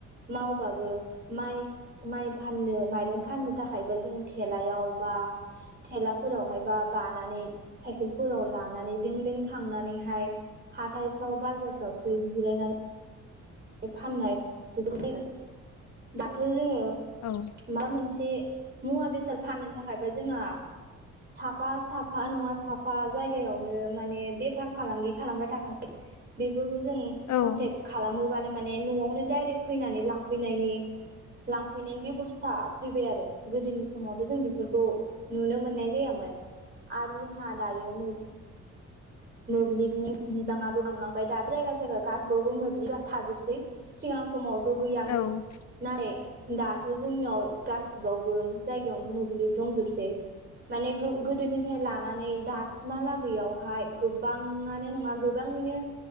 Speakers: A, on the right; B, on the left.
A: मावबाबो माइ माइ फाननो माइरं फाननो थाखायबो जों थेलायाव बा थेलाफोरावहाय बा बानानै साइकेलफोराव लानानै दों दों थांनानैहाय हाथायफ्राव बाजार फोरावसो जिरायनानै फाननाय <unintelligible> दाथ' जोङो
B: औ
A: मा मोनसे मुवा बेसाद फाननो थाखायबा जोंहा साफा साफा नङा साफा जायगायावनो माने बेफार फालांगि खालामग्रा थाखासै बेफोरखौ जों
B: औ
A: कनटेक खालामोबा नो माने न'आवनो दायरेक फैनानै लांफैनायनि लांफैनायनि बेबसथा फैबाय आरो। गोदोनि समावथ' जों बेफोरखौ नुनो मोन नाय जायामोन आरो जोंहा दायो मै मोब्लिबनि बिबाङाबो बांलांबाय दाथ' जायगा जायगा गासिबावबो मोब्लिबा थाजोबसै। सिगां समाव थ' गैयामोन
B: औ
A: नाय दाथ' जोंनियाव गासिबावबो जायगायावनो मोब्लिब दंजोबसै। माने गोदोनिफ्राय लानानै दासिमहालागैआवहाय गोबाङानो नङा गोबाङैनो